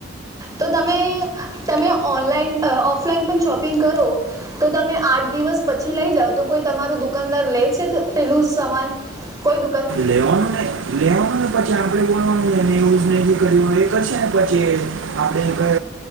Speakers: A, on the right (about 20°); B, on the right (about 70°).
A: તો તમે તમે ઓનલાઇન ઓફલાઈન પણ શોપિંગ કરો તો તમે આઠ દિવસ પછી લઈ જાઓ તો કોઈ તમારું દુકાનદાર લે છે પેલું સમાન કોઈ દુક
B: લેવાનું લેવાનું હો પછી આપડે બોલવાનું છેને યુઝ ન જે કર એ કરશે ને પછી આપણે ઘ